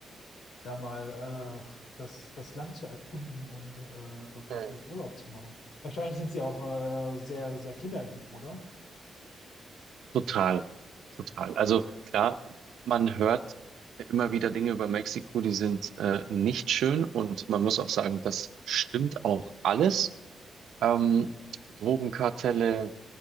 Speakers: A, on the left (about 65°); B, on the right (about 80°).
A: da mal äh, das, das Land zu erkunden und äh, dort mal
B: Mhm.
A: vielleicht Urlaub zu machen. Wahrscheinlich sind sie auch äh, sehr, sehr kinderlieb, oder?
B: Total, total. Also klar, man hört immer wieder Dinge über Mexiko, die sind äh, nicht schön und man muss auch sagen, das stimmt auch alles. Ähm, Drogenkartelle